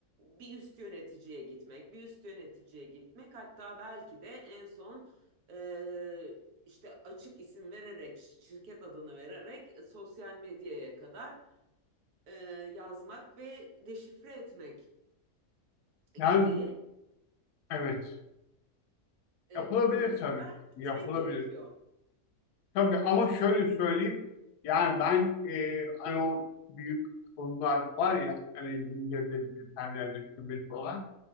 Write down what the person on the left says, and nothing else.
Yani
evet.
Yapılabilir
tabii.
Yapılabilir.
Tabii ama şöyle söyleyeyim. Yani ben e, hani o büyük kurumlar var ya hani zincirde bilgisayarlarda şubesi olan